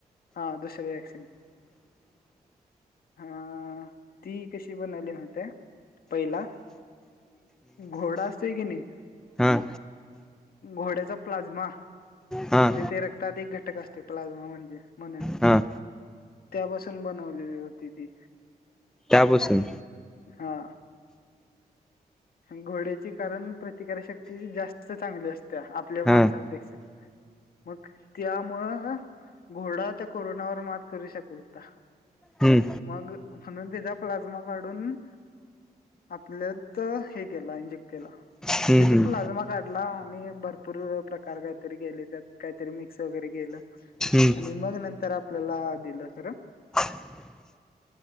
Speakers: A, on the left (about 70°); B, in the centre.
A: हा दुसरी व्हॅक्सिन
B: <inaudible>
A: हा ती कशी बनवली होते पहिला घोडा असतोय की नाही
B: हां
A: घोड्याचा प्लाझ्मा
B: हां
A: म्हणे ते रक्तात एक घटक असते प्लाझ्मा म्हणजे. म्हणुन
B: हां
A: त्यापासून बनवलेली होती ती.
B: त्यापासून.
A: हा. घोड्याची कारण प्रतिकारशक्ती जास्त चांगली असत्या आपल्या माणसांपेक्षा.
B: हां
A: मग त्यामुळं घोडा त्या कोरोनावर मात करू शकत होता.
B: हम्म
A: मग म्हणून त्याचा प्लाझ्मा काढून आपल्या तर हे के इंजेक्ट केला
B: हम्म
A: म्हणजे प्लाझ्मा
B: हम्म
A: काढ ला आणि भरपूर प्रकार काहीतरी केले त्यात काहीतरी मिक्स वगैरे केलं.
B: हम्म
A: आणि मग नंतर आपल्याला दिलं खरं.
B: <inaudible>